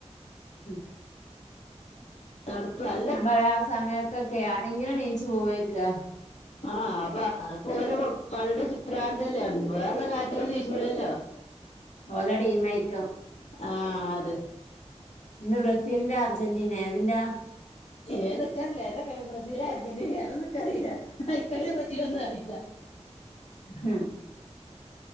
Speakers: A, on the left (about 85°); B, on the left (about 60°).
A: ഉം-
B: തണുപ്പായ്-
A: നപറയാ ആ സമയത്തൊക്കെ ആരെങ്കിലും നീച്ചു പോവേക്കാ
B: ആഹ് അപ്പൊ അത് പോലെ കളിടെ പ്രാന്തല്ലേ വേറളളൊ കാര്യത്തി ദേഷ്യം ഇല്ലല്ലോ-
A: ഓലടീമായ്ക്കും-
B: ആഹ് അതെ-
A: ഇന്ന് ബ്രസീലിന്റെ അർജന്റീന എതിന്റാ?
B: ഏതൊക്കെ ഏതാ കളി ബ്രസീല അർജന്റീന അതൊന്നും നിക്ക റില്ല ഇക്ക് അതേപറ്റി ഒന്നും അറിയില്ല-
A: ഹും -